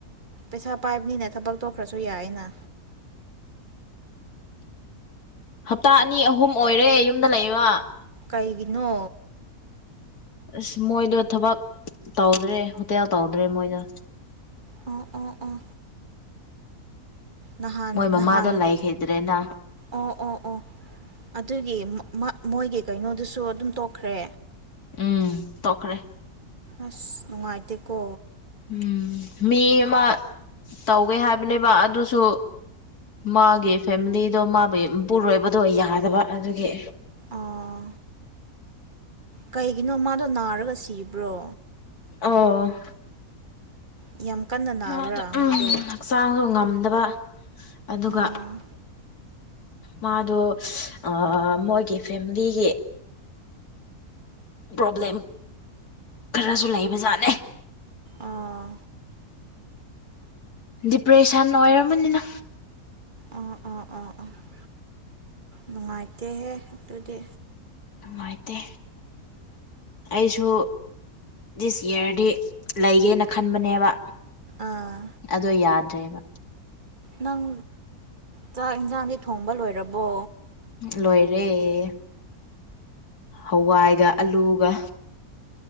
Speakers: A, on the right (about 35°); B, on the left (about 80°).
A: ꯄꯩꯁꯥ ꯄꯥꯏꯕꯅꯤꯅ ꯊꯕꯛ ꯇꯣꯛꯈ꯭ꯔꯁꯨ ꯌꯥꯏꯌꯦꯅ
B: ꯍꯞꯇꯥ ꯑꯅꯤ ꯑꯍꯨꯝ ꯑꯣꯏꯔꯦ ꯌꯨꯝꯗ ꯂꯩꯕ
A: ꯀꯩꯒꯤꯅꯣ
B: ꯑꯁ ꯃꯣꯏꯗꯣ ꯊꯕꯛ ꯇꯧꯗ꯭ꯔꯦ ꯍꯣꯇꯦꯜ ꯇꯧꯗ꯭ꯔꯦ ꯃꯣꯏꯗꯣ
A: ꯑꯣ ꯑꯣ ꯑꯣ ꯅꯍꯥꯟ
B: ꯃꯣꯏ ꯃꯃꯥꯗꯣ
A: ꯅꯍꯥꯟ
B: ꯂꯩꯈꯤꯗ꯭ꯔꯦꯅ
A: ꯑꯣ ꯑꯣ ꯑꯣ ꯑꯗꯨꯒꯤ ꯃ__ ꯃ ꯃꯣꯏꯒꯤ ꯀꯩꯅꯣꯗꯨꯁꯨ ꯑꯗꯨꯝ ꯇꯣꯛꯈ꯭ꯔꯦ
B: ꯎꯝ ꯇꯣꯛꯈ꯭ꯔꯦ
A: ꯑꯁ ꯅꯨꯡꯉꯥꯏꯇꯦꯀꯣ
B: ꯎꯝ ꯃꯤ ꯑꯃ ꯇꯧꯒꯦ ꯍꯥꯏꯕꯅꯦꯕꯥ ꯑꯗꯨꯁꯨ ꯃꯥꯒꯤ ꯐꯦꯃꯤꯂꯤꯗꯣ ꯃꯥꯕꯨ ꯃꯄꯨꯔꯣꯏꯕꯗꯣ ꯌꯥꯗꯕ ꯑꯗꯨꯒꯤ
A: ꯑꯥ ꯀꯩꯒꯤꯅꯣ ꯃꯥꯗꯣ ꯅꯥꯔꯒ ꯁꯤꯕ꯭ꯔꯣ
B: ꯑꯧ
A: ꯌꯥꯝ ꯀꯟꯅ ꯅꯥꯕ꯭ꯔꯥ
B: ꯃꯥ ꯗꯨ ꯎꯝ
A: ꯃꯥꯗꯣ
B: ꯍꯛꯆꯥꯡꯗꯣ ꯉꯝꯗꯕ ꯑꯗꯨꯒ
A: ꯑꯣ
B: ꯃꯥꯗꯣ ꯑ ꯃꯣꯏꯒꯤ ꯐꯦꯃꯤꯂꯤꯒꯤ ꯄ꯭ꯔꯣꯕ꯭ꯂꯦꯝ ꯈꯔꯁꯨ ꯂꯩꯕꯖꯥꯠꯅꯦ
A: ꯑꯥ
B: ꯗꯤꯄ꯭ꯔꯦꯁꯟ ꯑꯣꯏꯔꯝꯃꯅꯤꯅ
A: ꯑꯣꯥ ꯑꯣ ꯑꯣ ꯑꯣꯥ ꯅꯨꯡꯉꯥꯏꯇꯦꯍꯦ ꯑꯗꯨꯗꯤ
B: ꯅꯨꯡꯉꯥꯏꯇꯦ ꯑꯩꯁꯨ ꯗꯤꯁ ꯌꯔꯗꯤ ꯂꯩꯒꯦꯅ ꯈꯟꯕꯅꯦꯕ
A: ꯑꯥ
B: ꯑꯗꯣ ꯌꯥꯗ꯭ꯔꯦꯕ
A: ꯅꯪ ꯆꯥꯛ ꯢꯟꯁꯥꯡꯗꯤ ꯊꯣꯡꯕ ꯂꯣꯏꯔꯕꯣ
B: ꯂꯣꯏꯔꯦ ꯍꯋꯥꯏꯒ ꯑꯂꯨꯒ